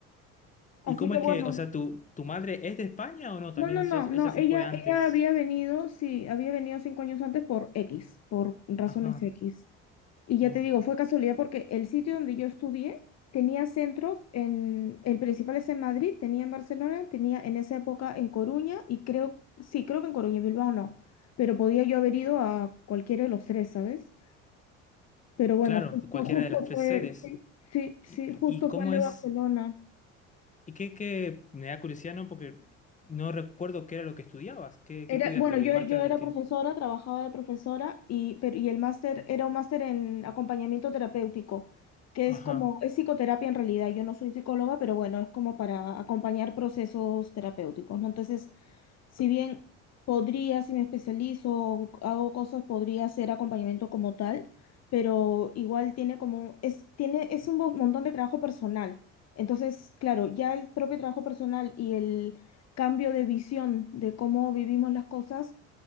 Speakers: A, on the left; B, on the left.
A: Así
B: ¿Y cómo
A: que
B: es
A: bueno,
B: que, o sea, tu, tu madre es de España o no? También
A: no, no,
B: ella,
A: no, no,
B: ella se
A: ella,
B: fue antes.
A: ella había venido, sí, había venido cinco años antes por X, por razones
B: Ajá,
A: X. Y
B: bien.
A: ya te digo, fue casualidad porque el sitio donde yo estudié tenía centros en, el principal es en Madrid, tenía en Barcelona, tenía en esa época en Coruña y creo, sí, creo que en Coruña, Bilbao no, pero podía yo haber ido a cualquiera de los tres, ¿sabes? Pero bueno,
B: Claro,
A: justo,
B: cualquiera
A: justo
B: de las tres
A: fue,
B: sedes.
A: sí, sí,
B: ¿Y,
A: sí, justo
B: y- y cómo
A: fue el de
B: es?
A: Barcelona.
B: ¿Y qué, qué? Me da curiosidad, ¿no? Porque no recuerdo qué era lo que estudiabas. ¿Qué,
A: Era,
B: qué estudiaste?
A: bueno,
B: ¿O
A: yo,
B: qué, el máster
A: yo era
B: de qué?
A: profesora, trabajaba de profesora y, pero, y el máster era un máster en acompañamiento terapéutico, que
B: Ajá,
A: es como, es psicoterapia en realidad. Yo no soy psicóloga, pero bueno, es como para acompañar procesos terapéuticos, ¿no? Entonces, si bien podría, si me especializo o hago cosas, podría hacer acompañamiento como tal, pero igual tiene como, es, tiene, es un mo- montón de trabajo personal. Entonces, claro, ya el propio trabajo personal y el cambio de visión de cómo vivimos las cosas